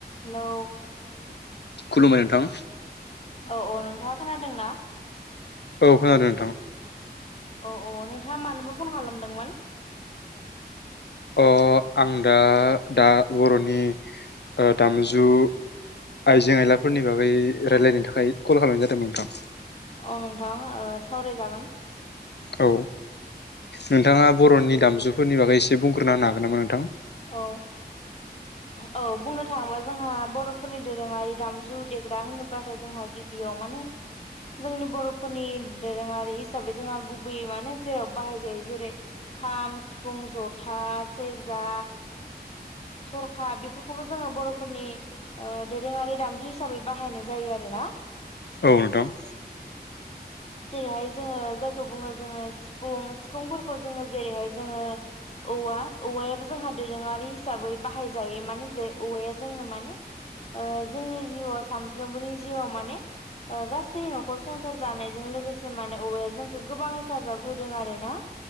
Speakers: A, on the left; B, on the left.
A: Hello
B: खुलुमबाय नोंथां
A: औ औ नोंथाङा खोनादोंना
B: औ खोनादों नोंथां
A: औ औ नोंथाङा मानोबा फन खालामदोंमोन।
B: अ आं दा दा बर'नि ओ दामजु आइजें आइलाफोरनि बागै रायलायनो
A: अ
B: थाखाय कल खालामनाय जादोंमोन नोंथां।
A: अ नोंथां ओ सावरायजागोन।
B: औ नोंथाङा बर'नि
A: उम
B: दामजुफोरनि बागै एसे बुंग्रोना होनो हागोन नामा नोंथां।
A: औ औ बुंनो थाङोबा जोंहा बरफोरनि दोरोङारि दामजु देग्रा होनोब्लाथाय जोंहा गि बियाव माने जोंनि बरफोरनि दोरोङारि हिसाबै जोंहा गुबैयै माने जेराव बाहाय जायो जेरै खाम, सिफुं, जथा, सेरजा थरखा बेफोरखौबो जोङो बरफोरनि ओ दोरोङारि दामजु हिसाबै बाहायनाय जायो आरो ना।
B: औ नोंथां।
A: जेरैहाय जोङो जायखौ बुङो जोङो सिफुं सिफुंफोरखौ जोङो जेरैहाय जोङो औवा औवायाबो जोंहा दोरोङारि हिसाबै बाहायजायो माने दे औवाया जोंनो माने ओ जोंनि जिउआव सानफ्रोमबोनि जिउआव माने गासै नखर संसार जानाय जों लोगोसे माने औवाया जोंखौ गोबां हेफाजाब होदों आरो ना।